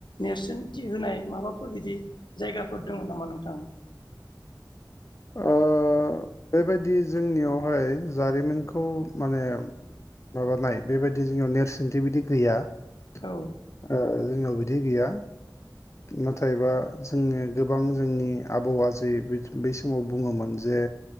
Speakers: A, on the left (about 85°); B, on the left (about 40°).
A: नेरसोनथि होनाय माबाफोर बिदि जायगाफोर दङ नामा नोंथां
B: ओ बेबायदि जोंनियावहाय जारिमिन बे खौ माने माबानाय बेबायदि जोंनियाव नेरसोनथि बिदि गैया ओ
A: औ
B: जोंनाव बिदि दै गौया नाथायबा जों गोबां जोंनि आबौ आयै समाव बुङोमोन जे